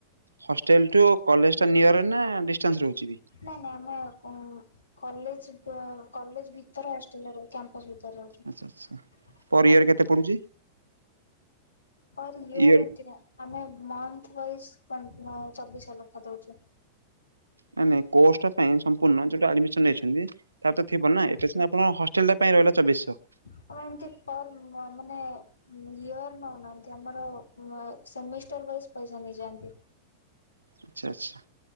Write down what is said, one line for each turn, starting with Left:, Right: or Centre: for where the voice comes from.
Right: ହଷ୍ଟେଲ ଟୁ କଲେଜଟା ନିୟରରେ ନା ଡିଷ୍ଟାନ୍ସ ରହୁଛି ବି?
Left: ନାଇଁ ନାଇଁ ଆମେ ଉଁ କଲେଜ ବି ତ କଲେଜ ଭିତରେ ହଷ୍ଟେଲ ରହୁ, କ୍ୟାମ୍ପସ ଭିତରେ ରହୁଛୁ।
Right: ଆଚ୍ଛା ଆଚ୍ଛା
Left: ଆଜ୍ଞା।
Right: <unintelligible>
Left: ଆହୁରି ନିୟର
Right: ଇୟର
Left: ଏମତି ନା ଆମେ ମନ୍ଥ ୱାଇସ୍‌ କନ୍ ଚବିଶଶହ ଲେଖା ଦଉଛୁ।
Right: ନାଇଁ ନାଇଁ, କୋର୍ସଟା ପାଇଁ ସମ୍ପୂର୍ଣ୍ଣ ଯୋଉଟା ଆଡିମିସନ୍ ନେଇଛନ୍ତି, ତାର ତ ଥିବ
Left: ଆଜ୍ଞା
Right: ନା। ଏଇଟା ସେ କାଇଁନା ଆପଣଙ୍କ ହଷ୍ଟେଲଟା ପାଇଁ ରହିଲା ଚବିଶଶହ।
Left: କ ପାଇଁ ଏମତି ପର ମ-ମାନେ ଇୟର ନଉନାହାଁନ୍ତି ଆମର ଅ ସେମିଷ୍ଟର ୱାଇଜ ପଇସା ନେଇଯାଆନ୍ତି।
Right: ଆଚ୍ଛା ଆଚ୍ଛା।